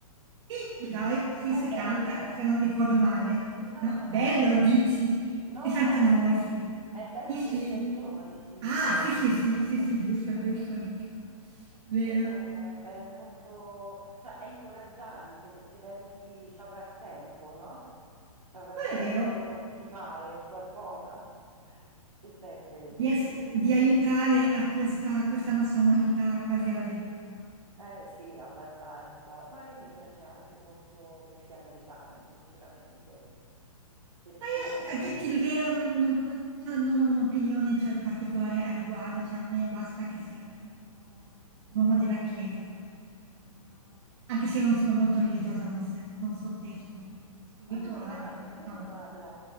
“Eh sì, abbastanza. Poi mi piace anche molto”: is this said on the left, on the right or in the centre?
Right